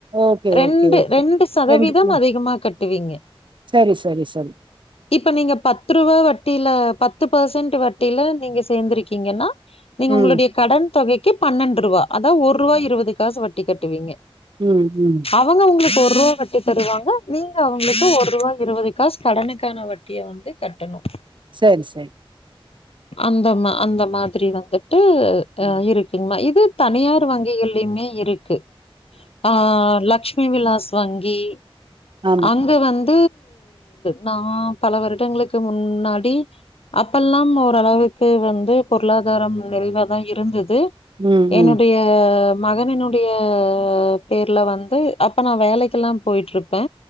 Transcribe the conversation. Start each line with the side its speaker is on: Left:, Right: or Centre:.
Right: ஓகே,
Left: ரெண்டு
Right: ஓகே, ஓகே.
Left: ரெண்டு சதவீதம்
Right: ம்.
Left: அதிகமா கட்டுவீங்க
Right: சரி சரி சரி
Left: இப்ப நீங்க பத்து ரூவா வட்டியில பத்து பர்சன்ட் வட்டியில நீங்க சேர்ந்திருக்கீங்கன்னா நீங்க
Right: ம்,
Left: உங்களுடைய கடன் தொகைக்கு பன்னெண்டு ரூவா அதா ஒரூவா இருவது காசு வட்டி கட்டுவீங்க
Right: ம் ம்
Left: அவங்க உங்களுக்கு ஒரூவா வட்டி தருவாங்க நீங்க அவங்களுக்கு ஒரூவா இருவது காசு கடனுக்கான வட்டிய வந்து கட்டணு
Right: சரி சரி
Left: அந்த மா அந்த மாதிரி வந்துட்டு
Right: ம்.
Left: அ இருக் கிங்மா இது தனியார் வங்கிகள்லையுமே இருக்கு ஆ லக்ஷ் மி விலாஸ் வங்கி
Right: ஆமா.
Left: அங்க வந்து நா பல வருடங்களுக்கு முன்னாடி அப்பல்லாம் ஓரளவுக்கு வந்து பொருளாதாரம் நிறைவா தா இருந்தது
Right: ம்,
Left: என்னுடைய
Right: ம்.
Left: ஆ மகனின்னுடைய பேர்ல வந்து அப்ப நா வேலைக்கெல்லா போய்ட்ருப்பே